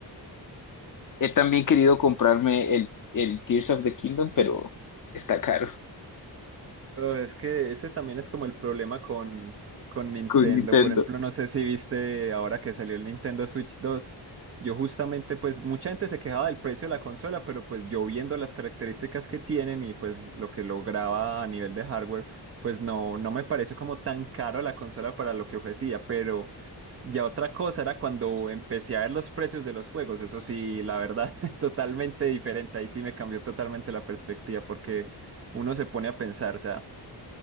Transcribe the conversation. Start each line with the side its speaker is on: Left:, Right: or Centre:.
Left: He también querido comprarme el, el Tears of the Kingdom, pero está caro
Right: Oh, es que ese también es como el problema con, con Nintendo.
Left: con Nintendo.
Right: Por ejemplo, no sé si viste ahora que salió el Nintendo Switch dos Yo justamente, pues mucha gente se quejaba del precio de la consola, pero pues yo viendo las características que tienen y pues lo que lograba a nivel de hardware, pues no, no me pareció como tan caro la consola para lo que ofrecía. Pero ya otra cosa era cuando empecé a ver los precios de los juegos. Eso sí, la verdad, <laughs> totalmente diferente. Ahí sí me cambió totalmente la perspectiva porque uno se pone a pensar, o sea.